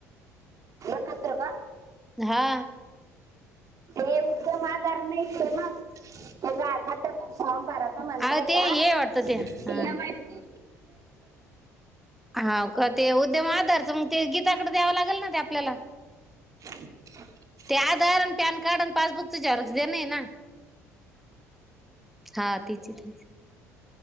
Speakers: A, on the right; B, in the centre.
A: कत वा.
B: हा.
A: हे उद्यम आजार नाही फेमस त्याचा घात खूप सभारात. म्हणताय
B: अग ते
A: का
B: हे
A: <inaudible>
B: वाटतं ते हा हा का ते उद्यम आधार च मग ते गीताकडे द्यावं लागेल ना ते आपल्याला.
A: <unintelligible>
B: ते आधार आणि पॅन कार्ड आणि पासबुक च झेरॉक्स, ना हा तच त.